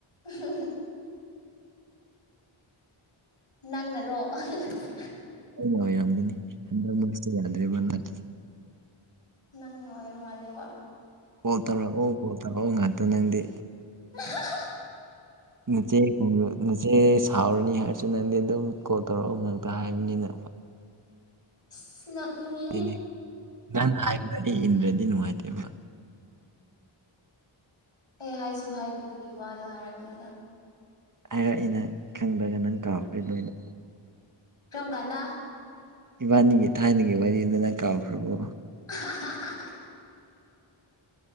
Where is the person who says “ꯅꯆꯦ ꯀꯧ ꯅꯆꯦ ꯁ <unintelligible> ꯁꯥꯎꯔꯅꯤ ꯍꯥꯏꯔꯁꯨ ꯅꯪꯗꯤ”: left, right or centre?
Right